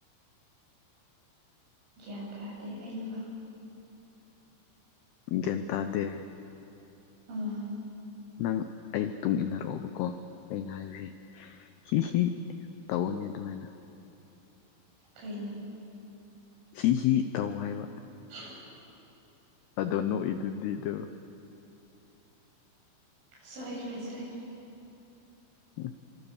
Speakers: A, on the right; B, on the left.
A: ꯒ꯭ꯌꯥꯟ ꯇꯥꯗꯦ ꯑꯩꯕꯣ
B: ꯒ꯭ꯌꯥꯟ ꯇꯥꯗꯦ
A: ꯑꯥ
B: ꯅꯪ ꯑꯩ ꯇꯨꯡ ꯏꯟꯅꯔꯛꯑꯣꯕꯀꯣ ꯑꯩꯅ ꯍꯥꯏꯕꯁꯦ ꯍꯤ ꯍꯤ ꯇꯕꯨꯅꯤ ꯑꯗꯨꯃꯥꯏꯅ
A: ꯀꯩꯅꯣ
B: ꯍꯤ ꯍꯤ ꯇꯧ ꯍꯥꯏꯕ
A: ꯎ
B: ꯑꯗꯣ ꯅꯣꯛꯏꯗꯨꯗꯤꯗ
A: ꯁꯣꯏꯈꯔꯦ ꯁꯣꯏꯈꯦ
B: ꯎꯝ